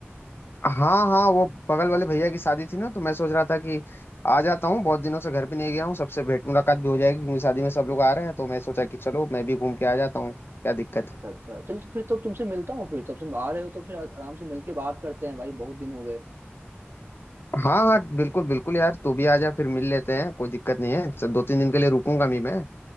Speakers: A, on the left; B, on the right.
A: हाँ हाँ वो बगल वाले भैया की शादी थी ना तो मैं सोच रहा था कि आ जाता हूँ बहुत दिनों से घर भी नहीं गया हूँ सबसे भेंट मुलाकात भी हो जाएगी क्योंकि शादी में सब लोग आ रहे हैं तो मैं सोचा कि चलो मैं भी घूम के आ जाता हूँ क्या दिक्कत
B: अच्छा
A: है
B: अच्छा चलो तो फिर तब तुमसे मिलता हूँ फिर तब तुम आ रहे हो तो फिर आ- आराम से मिलके बात करते हैं भाई बहुत दिन हो गए
A: हाँ हाँ बिल्कुल बिल्कुल यार तू भी आ जा फिर मिल लेते हैं कोई दिक्कत नहीं है चल, दो तीन दिन के लिए रुकूंगा मैं मैं